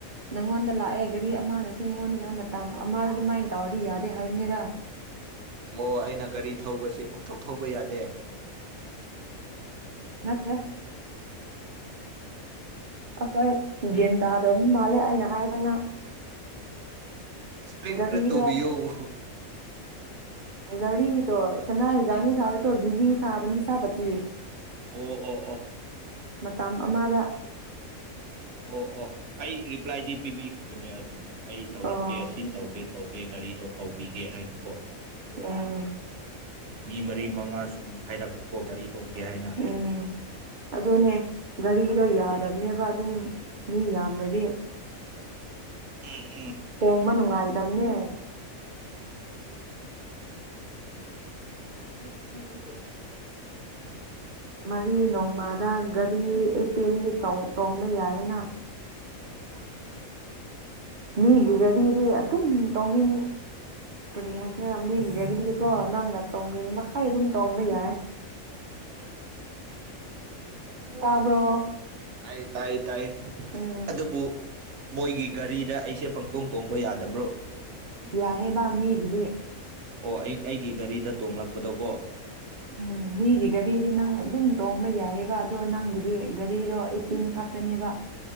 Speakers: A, on the right (about 75°); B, on the right (about 60°).
A: ꯅꯪꯉꯣꯟꯗ ꯂꯥꯛꯑꯦ ꯒꯥꯔꯤ ꯑꯃꯅꯁꯨ ꯅꯪꯉꯣꯟꯗ ꯂꯥꯛꯑꯦ ꯃꯇꯝ ꯑꯃꯗ ꯑꯗꯨꯃꯥꯏꯅ ꯇꯧꯔꯗꯤ ꯌꯥꯗꯦ ꯍꯥꯏꯕꯅꯤꯔ <inaudible>
B: ꯑꯣ ꯑꯩꯅ ꯒꯥꯔꯤ ꯊꯧꯕꯁꯤ ꯄꯪꯊꯧꯣꯛ ꯊꯧꯕ ꯌꯥꯗꯦ
A: ꯅꯠꯇ ꯑꯩꯈꯣꯏ ꯒꯟ ꯇꯥꯗꯕ ꯃꯥꯜꯂꯦ ꯑꯩꯅ ꯍꯥꯏꯒꯅ
B: ꯑꯦꯛꯁꯄ꯭ꯂꯦꯟ
A: ꯏꯗꯤ
B: ꯈꯔ ꯇꯧꯕꯤꯌꯣ
A: ꯀꯗꯣ ꯔꯤ ꯀꯅꯥ ꯥꯡꯅꯤ ꯁꯥꯔꯦ ꯤꯖꯤ ꯁꯥ ꯁꯥ ꯄꯆꯤ
B: ꯑꯣ ꯑꯣ ꯑꯣ
A: ꯃꯇꯝ ꯑꯃꯗ
B: ꯑꯣ ꯑꯣ ꯑꯩ ꯔꯤꯄ꯭ꯂꯥꯏꯗꯤ ꯄꯤꯕꯤꯈꯤꯕ ꯅꯦ ꯑꯗꯨꯝ ꯑꯩ ꯇꯧꯔꯛꯀꯦ
A: ꯑꯣ
B: ꯁꯤ ꯇꯧꯒꯦ ꯇꯧꯒꯦ ꯒꯥꯔꯤꯗꯣ ꯀꯧꯕꯤꯒꯦ ꯍꯥꯏꯅꯀꯣ
A: ꯎꯝ
B: ꯃꯤ ꯃꯔꯤ ꯃꯉꯥ ꯁꯨꯝ ꯍꯥꯏꯔꯛꯄꯀꯣ ꯒꯥꯔꯤ ꯇꯣꯡꯒꯦ ꯍꯥꯏꯅ
A: ꯎꯝ ꯑꯗꯨꯅꯦ ꯒꯥꯔꯤꯗꯣ ꯌꯥꯗꯕꯅꯦꯕ ꯑꯗꯨꯝ ꯃꯤ ꯌꯥꯝꯕꯗꯤ
B: ꯎꯝ ꯎꯝ
A: ꯇꯣꯡꯕ ꯅꯨꯡꯉꯥꯏꯇꯕꯅꯦ <inaudible> ꯃꯔꯤ ꯅꯣꯡꯃꯗ ꯒꯥꯔꯤ ꯑꯩꯠꯇꯦꯟꯒꯤ ꯇꯣꯡꯕ ꯌꯥꯏꯌꯦꯅ
B: ꯑꯥ
A: ꯃꯤꯒꯤ ꯒꯥꯔꯤꯗꯤ ꯑꯗꯨꯝ ꯇꯧꯅꯤꯡꯉꯤ ꯀꯔꯤ ꯍꯥꯏꯁꯤꯅ ꯃꯤꯒꯤꯒꯔꯤꯡꯁꯤꯀꯣ ꯅꯪꯅ ꯇꯣꯡꯅꯤꯡ ꯃꯈꯥꯏ ꯑꯗꯨꯝ ꯇꯣꯡꯕ ꯌꯥꯏ ꯇꯥꯕ꯭ꯔꯣ
B: ꯇꯥꯏ ꯇꯥꯏ ꯇꯥꯏ
A: ꯎꯝ
B: ꯑꯗꯨꯕꯨ ꯃꯣꯏꯒꯤ ꯒꯥꯔꯤꯗ ꯑꯩꯁꯦ ꯄꯪꯇꯣꯡ ꯇꯣꯡꯕ ꯌꯥꯗꯕ꯭ꯔꯣ
A: ꯌꯥꯑꯦꯕꯃꯤꯒꯤꯗꯤ
B: ꯑꯣ ꯑꯩ ꯑꯩꯒꯤ ꯒꯥꯔꯤꯗ ꯇꯣꯡꯂꯛꯄꯗꯣꯀꯣ
A: ꯎꯝ ꯃꯤꯒꯤ ꯒꯥꯔꯤꯗꯤ ꯅꯪ ꯑꯗꯨꯝ ꯇꯣꯡꯕ ꯌꯥꯏꯑꯕ ꯑꯗꯣ ꯅꯪꯒꯤꯗꯤ ꯒꯥꯔꯤꯗꯣ ꯑꯩꯠꯇꯤꯟ ꯅꯤꯕ